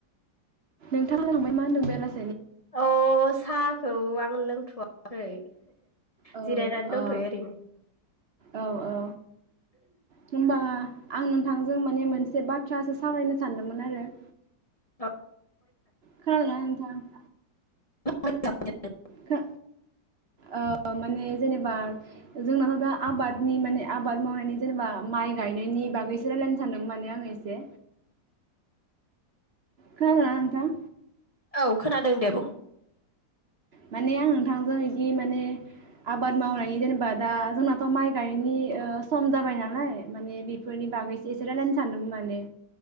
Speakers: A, on the right; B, on the left.
A: नोंथाङा लांबाय मा होनदों बेलास
B: अ साख औ आं लोंथ'वाखै।
A: औ
B: जिरायनानै दंथ'यो
A: अ
B: ओरैनो
A: औ औ होनबा आं नोंथांजों माने मोनसे बाथ्रासो सावरायनो सानदोंमोन आरो
B: औ
A: खोनादोंना नोंथां?
B: <unintelligible>
A: खो ओ माने जेनेबा जोंनाथ' दा आबादनि माने आबाद मावनायनि जेनेबा माइ गायनायनि बागैसो रायलायनो सानदों माने आङो एसे खोनादोंना नोंथां?
B: औ खोनादों दे बुं
A: माने आं नोंथांजों इदि माने आबाद मावनायनि जेनेबा दा जोंनाथ' माइ गायनायनि
B: औ
A: ओ सम जाबाय नालाय माने बेफोरनि बागैसो एसे रायलायनो सानदोंमोन माने